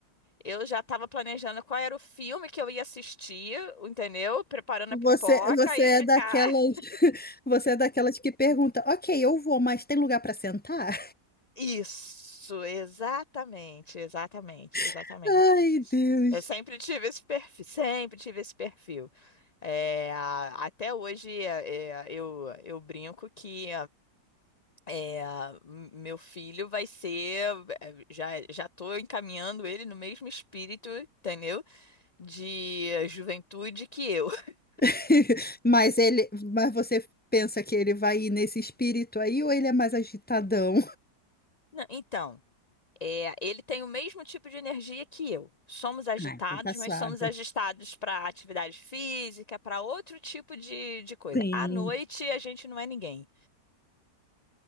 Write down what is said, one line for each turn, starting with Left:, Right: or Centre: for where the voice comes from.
Left: Eu já estava planejando qual era o filme que eu ia assistir, entendeu? Preparando
Centre: Você,
Left: a pipoca
Centre: você
Left: e
Centre: é
Left: ficar.
Centre: daquelas,
Left: <laughs>
Centre: <laughs> você é daquelas que pergunta, ok, eu vou, mas tem lugar para sentar?
Left: Isso, exatamente, exatamente, exatamente.
Centre: <laughs> Ai, Deus.
Left: Eu sempre tive esse perfil, sempre tive esse perfil. É, a- até hoje é, é, eu, eu brinco que é, m- meu filho vai ser, é, já já estou encaminhando ele no mesmo espírito, entendeu? De eh, juventude que eu. <laughs>
Centre: <laughs> Mas ele, mas você pensa que ele vai ir nesse espírito aí ou ele é mais agitadão?
Left: Não, então. É, ele tem o mesmo tipo de energia que eu. Somos agitados,
Centre: Ah, então tá suave.
Left: mas somos agitados para atividade física, para outro tipo de, de coisa.
Centre: Sim.
Left: À noite, a gente não é ninguém.